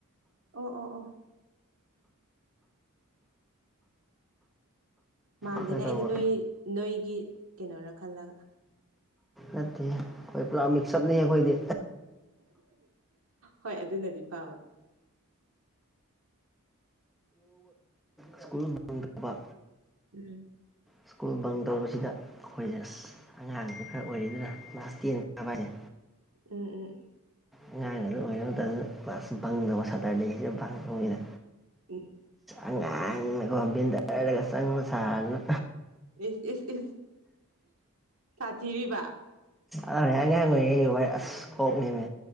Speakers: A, on the right; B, in the centre.
A: ꯑꯣ ꯑꯣ ꯑꯣ ꯃꯥꯟꯗꯦꯅꯦ
B: ꯀꯩꯅꯣ ꯇꯧꯕ
A: ꯑꯩꯗꯤ ꯅꯣꯏ ꯅꯣꯏꯒꯤ ꯀꯩꯅꯣꯔꯥ ꯈꯜꯂꯒ
B: ꯅꯠꯇꯦ ꯑꯩꯈꯣꯏ ꯄꯨꯔꯥ ꯃꯤꯛꯁꯑꯞꯅꯤ ꯑꯩꯈꯣꯏꯗꯤ
A: ꯍꯣꯏ ꯑꯗꯨꯅꯗꯤ ꯐꯕ
B: ꯁ꯭ꯀꯨꯜ ꯕꯪ ꯇꯧꯕ
A: ꯎꯝ
B: ꯁ꯭ꯀꯨꯜ ꯕꯪ ꯇꯧꯕꯁꯤꯗ ꯑꯩꯈꯣꯏꯅ ꯑꯁ ꯑꯉꯥꯡꯁ ꯈꯔ ꯑꯣꯏꯔꯤ ꯑꯗꯨꯅ ꯀ꯭ꯂꯥꯁ ꯇꯦꯟꯥꯕ ꯍꯥꯏꯅꯤ
A: ꯎꯝ ꯎꯝ
B: ꯑꯉꯥꯡ ꯑꯗꯨ ꯑꯣꯏꯔꯗꯅ ꯀ꯭ꯂꯥꯁ ꯪꯗꯕ ꯁꯥꯇꯔ ꯂꯩꯁꯦ ꯕꯪ ꯇꯧꯕꯅꯤꯅ
A: ꯎꯝ
B: ꯑꯉꯥꯡꯅꯒꯣꯕꯤꯟꯗꯔꯒ ꯁꯪ ꯁꯥꯔꯅ
A: ꯏꯁ ꯏꯁ ꯏꯁ ꯁꯥꯊꯤꯔꯤꯕ
B: ꯑ ꯑꯉꯥꯡ ꯑꯣꯏꯔꯤꯉꯩꯁꯨ ꯚꯥꯏ ꯑꯁ ꯀꯣꯛꯅꯤꯃꯦ